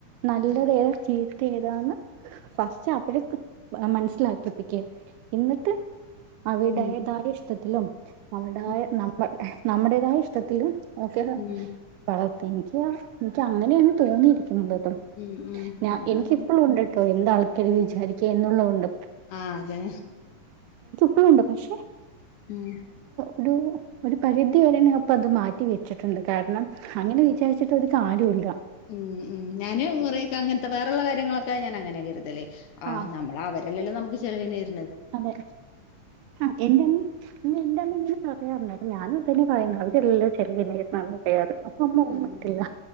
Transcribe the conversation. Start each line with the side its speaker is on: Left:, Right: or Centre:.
Right: നല്ലതേതാ
Left: ഉം
Right: ചീ ത്ത ഏതാന്ന് ഫസ്റ്റ് അപ്പോഴേ മനസ്സിലാക്കിപ്പിക്ക് എന്നിട്ട് അവിടേതായ
Left: ഉം
Right: ഇഷ്ട്ട ത്തിനും നമ്മടായ
Left: ഉം
Right: നമ്മൾ നമ്മുടേതായ ഇഷ്ടത്തില് ഓക്കെടാ
Left: ഉം
Right: പറ എനിക്ക് എനിക്ക്ങ്ങനെയാണ് തോന്നിയിരിക്കുന്നത്
Left: ഉം ഉം
Right: ഞാൻ
Left: ഞാനങ്ങനെ
Right: എനിക്ക് ഇപ്പോൾ ഒണ്ട്ക്ക എന്താള് ക്കരുത് വിചാരിക്കുക എന്നുള്ളത് ഉണ്ട്
Left: ആ അതെ
Right: പ്പോഴുണ്ടോ പക്ഷേ
Left: ഉം
Right: ഒരു ഒരു പരിധി വരെ ഞാൻപ്പത് മാറ്റി വെച്ചിട്ടുണ്ട് കാരണം അങ്ങനെ വിചാരിച്ചിട്ട് ത്തൊരു കാര്യോല്ല
Left: ഉം ഉം ഞാന് കുറേക്കെ അങ്ങനത്തെ വേറെള്ള കാര്യങ്ങളൊക്കെ ഞാൻ അങ്ങനെ കരുതല് ആ
Right: ആഹ്
Left: നമ്മളെ അവരെല്ലല്ലോ നമുക്ക് ചെലവിനേര്
Right: അതെ ആ എന്റമ്മ എന്റെ അമ്മ ഇങ്ങനെ പറയാറുണ്ട് അപ്പൊ ഞാനും തന്നെ പറയുന്ന അവെല്ല ചെറിയ <unintelligible> പറയാത് അപ്പമ്മ ഒന്നും
Left: ആഹ്
Right: മിണ്ടില്ല